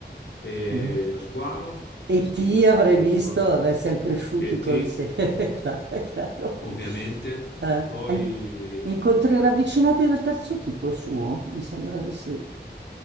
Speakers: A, on the left; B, on the right.
A: E
B: vabbè.
A: Lo squalo
B: E
A: è Spielberg,
B: ti avrei
A: giusto?
B: visto, vabbè, siamo cresciuti
A: E T,
B: col sé, <laughs> è chiaro. è chiaro.
A: ovviamente.
B: Eh,
A: Poi
B: an- incontri ravvicinati del terzo tipo è suo, mi sembra di sì.